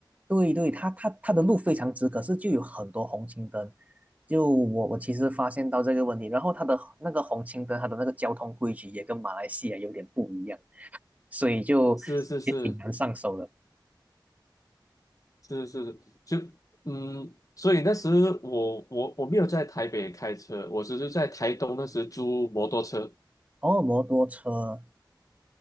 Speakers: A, on the right; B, on the left.
A: 对对，他他他的路非常直，可是就有很多红绿灯。就我我其实发现到这个问题，然后他的那个红绿灯，他的那个交通规矩也跟马来西亚有点不一样，所以就也挺难上手的。
B: 是是是是是，就嗯，所以那时我我我没有在台北开车，我只是在台东那时租摩托车。
A: 哦，摩托车，